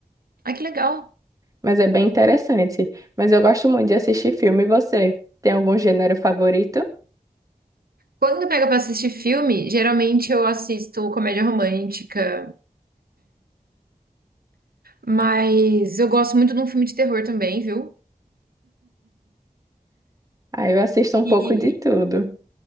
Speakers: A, on the right; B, on the right.
A: Ah, que legal.
B: mas é bem interessante. Mas eu gosto muito de assistir filme. E você? Tem algum gênero favorito?
A: Quando eu pego pra assistir filme, geralmente eu assisto comédia romântica, mas eu gosto muito de um filme de terror também, viu?
B: Aí eu assisto
A: E
B: um pouco de tudo.